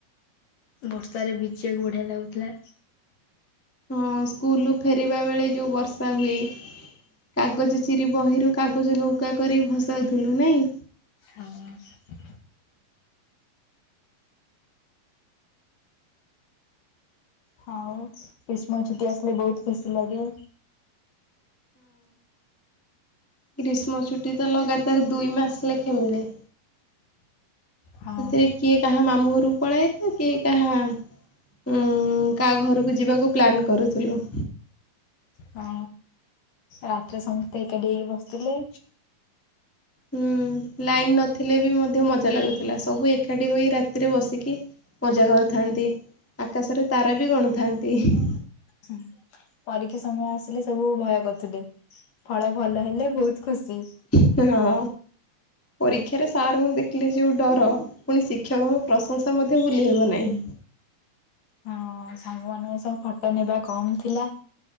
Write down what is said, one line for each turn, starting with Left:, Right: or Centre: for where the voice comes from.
Left: <inaudible> ବର୍ଷାରେ ବିଜିୟାକୁ ବଢ଼ିଆ ଲାଗୁଥିଲା।
Centre: ହଁ ସ୍କୁଲୁ ଫେରିବା ବେଳେ ଯୋଉଁ ବର୍ଷା ହୁଏ। କାଗଜ ଚିରି ବହିରୁ କାଗଜ ନୌକା କରି ଭସାଉଥୁଲୁ ନାଇଁ?
Left: ହଁ ହଁଉ କ୍ରିସ୍ମ ଛୁଟି ଆସିଲେ ବଉତ୍ ଖୁସି ଲାଗେ।
Centre: କ୍ରୀଷ୍ମ ଛୁଟି ତ ଲଗାତାର ଦୁଇ ମାସ ଲେଖେ ମିଳେ।
Left: ହଁ
Centre: ସେଥିରେ କିଏ କାହା ମାମୁଁ ଘରୁକୁ ପଳାଏ ତ କିଏ କାହା ଉଁ କାହା ଘରୁକୁ ଯିବାକୁ ପ୍ଲାନ୍ କରୁଥିଲୁ।
Left: ହଁ ରାତିରେ ସମସ୍ତେ ଏକାଡ଼ି ହେଇକି ବସିଥିଲେ।
Centre: ହୁଁ ଲାଇନ୍ ନଥିଲେ ବି ମଧ୍ୟ ମଜା ଲାଗୁଥିଲା ସବୁ ଏକାଠି ହୋଇ ରାତିରେ ବସିକି ମଜା କରୁଥାନ୍ତି ଆକାଶରେ ତାରା ବି ଗଣୁଥାନ୍ତି ଇଁହିଁ।
Left: ହୁଁ। ପରୀକ୍ଷା ସମୟ ଆସିଲେ ସବୁ ଭୟ କରୁଥିଲେ ଫଳ ଭଲ ହେଲେ ବୋହୁତ୍ ଖୁସି।
Centre: <unintelligible> ହଁ ପରୀକ୍ଷାରେ ସାରଙ୍କୁ ଦେଖିଲେ ଯୋଉ ଡ଼ର ପୁଣି ଶିକ୍ଷକଙ୍କ ପ୍ରଶଂସା ମଧ୍ୟ ଭୁଲି ହେବ ନାହିଁ।
Left: ହଁ ସାଙ୍ଗମାନଙ୍କ ସହ ଫର୍ତ ନେବା କମ୍ ଥିଲା।